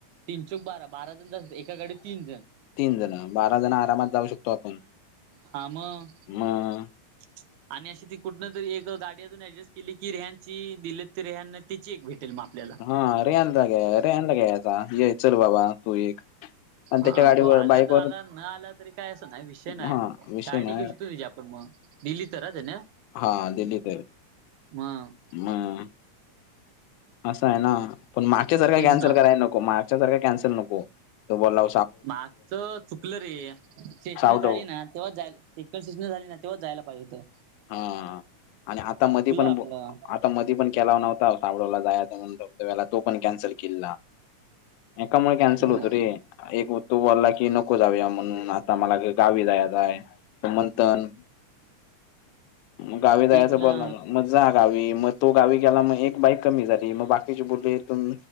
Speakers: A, on the right; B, on the left.
A: तीनं चौक बारा बारा जणं जातांत एकांकडे तीनं जणं
B: तीनं जणं बारा जणं आरामांत जाऊं शकतो आपणं
A: हां मंग
B: मं
A: अच्छा आणि अशी ती कुंठन तरी एक गांडी अजूंन ऍडजस्ट केली की रेहची दिली तरं रेहं तिची एक भेटं ते मां आपल्यांला
B: हां रियालां घ्यां रियाला घ्यां यांचा ये चलं बाबां तूं एक आणि
A: हां
B: त्याच्या गाडीवर
A: तो आंला
B: बाईकवर
A: तरं आंला नं आंला तरी कायं असं नाहीं विषय नाहीं
B: हा विषय
A: गांडी
B: ना
A: घेऊ शकतो तझे आपणं मंग दिलं तरां त्यांना
B: हां दिल्लीतं आहे
A: मं
B: हम्मं असं आहे नां पणं मागच्यांसारखा
A: तेच
B: कॅन्सल
A: ना
B: करांयला नको मागच्यांसारखा कॅन्सल नको तो बोलां
A: मागचं चुकलं रे सेशन
B: सावडव
A: झाली नां तेव्हां जायंला सेकंड सेजन झाली नां तेंव्हां जायंला पाहिजे हों
B: हां आणि आंता मध्यें पणं
A: आपलं
B: तां मधं पणं केलां नव्हतां साबडवलां जायं वलां तो पणं कॅन्सल केललां एकांमुळे कॅन्सल
A: हो
B: होतो रे एक तो वलां की नको जाऊंया म्हणूंन आंता मलां गांवी जायचं आहे मंथन गं गांवी जायचं
A: तेच ना
B: बरं लागलं मं जां गांवी मंग तो गांवी गेलां मंग एक बाईक कमी झांली मंग बाकीची बोलेथून